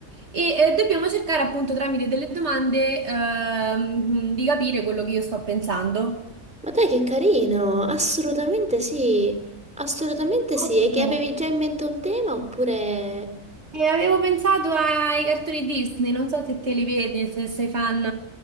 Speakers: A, on the right; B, in the centre.
A: E eh, dobbiamo cercare appunto tramite delle domande ehm, di capire quello che io sto pensando.
B: Ma dai, che carino! Assolutamente sì, assolutamente sì.
A: Ok,
B: E che avevi già in mente un tema oppure...
A: E avevo pensato ai cartoni Disney, non so se te li vedi, se sei fan.